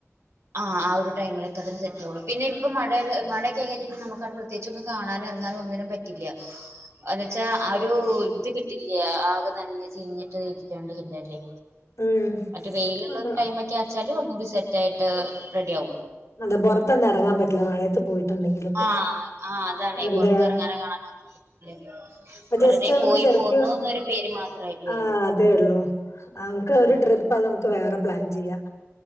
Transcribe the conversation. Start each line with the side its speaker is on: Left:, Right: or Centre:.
Right: ആഹ് ആ ഒരു ടൈമിലക്കെ സെറ്റ് ആവുള്ളൂ പിന്നെ ഇപ്പൊ മഴ മഴൊക്കെ ആയി കഴിഞ്ഞ നമുക്കവിടെ പ്രത്യേകിച്ച് ഒന്നിനും കാണാനും ഏറങ്ങാനും ഒന്നിനും പറ്റില്ല്യാ. ത് വെച്ചാ ആ ഒരു ഇത് കിട്ടില്ല ആകെ നനഞ്ഞ് ചിരിഞ്ഞിട്ട് ഇരിക്കണ്ടത്ണ്ടല്ലേ.
Left: ഉം
Right: അത് വെയിലുള്ളൊരു
Left: അതെ
Right: ടൈമൊക്കെ ആച്ചാൽ ഒന്നൂടി സെറ്റ് ആയിട്ട് റെഡി ആകും.
Left: അതെ പുറത്തൊന്നും എറങ്ങാൻ പറ്റില്ല മഴയത്ത് പോയി ഇണ്ടെങ്കിലിപ്പോ
Right: ആഹ് ആഹ് അതാണേ
Left: വെറുതെ
Right: പൊറത്തിറങ്ങാനോ കാണാനോ ഒന്നിനും പറ്റില്ല വെറുതെ
Left: ജസ്റ്റ് നമക്ക്
Right: പോയി
Left: ചെറിക്ക്യോ
Right: പോന്നൂന്നൊരു പേര് മാത്രായിട്ട് വരും
Left: ആഹ് അതേ ഉള്ളൂ അമക്ക് ഒരു
Right: ഉം
Left: ട്രിപ്പ് അത് നമുക്ക് വേറെ പ്ലാൻ ചെയ്യാം.